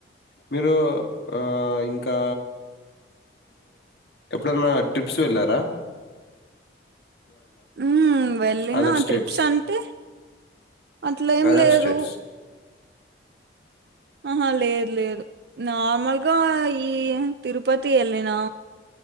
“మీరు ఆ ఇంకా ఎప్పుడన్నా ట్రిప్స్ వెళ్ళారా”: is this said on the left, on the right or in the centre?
Left